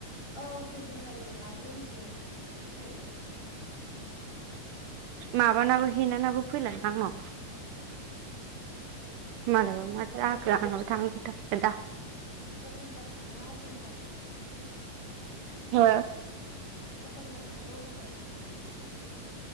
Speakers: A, on the left; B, on the right.
A: औ हैैदिनखालि आब' रनजिजों खनसे रायज्लायदों राय्लायनो मोनदों
B: माबानाबो हेनानाबो फैलाना आंनाव मालायबा मा जाखो आंनाबो थांनो थाखाय दा
A: एखनबा थाङा एखनबा थाङो अबेबा नाम्बाराव
B: हो
A: बिदिनोखा एखनब्ला थाङो एखनब्लाा थाङा बिदिनो जायो